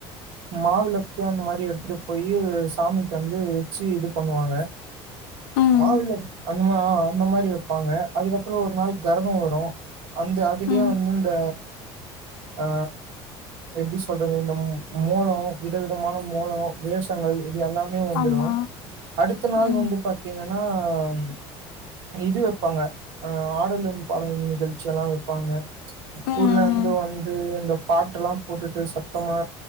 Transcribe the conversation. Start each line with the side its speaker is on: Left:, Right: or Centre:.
Right: மாவிளக்கு அந்த மாரி எடுத்துட்டு போயி சாமிக்கு வந்து வச்சு இது பண்ணுவாங்க
Left: ம்
Right: மாவுள அந்த அந்த மாரி வைப்பாங்க அதுக்கப்பறம் ஈ ஒரு நாள் கரகம் வரும் அந்த அதுலயே
Left: ம்
Right: வந்து இந்த ஆ எப்பிடி சொல்றது இந்த மூலம் விதவிதமான மூலம் வேஷங்கள் எல்லாமே வந்துடும்
Left: ஆமா
Right: அடுத்த நாள்
Left: ம்
Right: வந்து பாத்தீங்கன்னா ன்னா இது வைப்பாங்க ம் ஆடலும் பாடலும் நிகழ்ச்சி செல்லாம் வைப்பாங்க
Left: ம்
Right: ஊர்ல இருந்து வந்து இந்த பாட்டு எல்லாம் போட்டுட்டு சத்தமா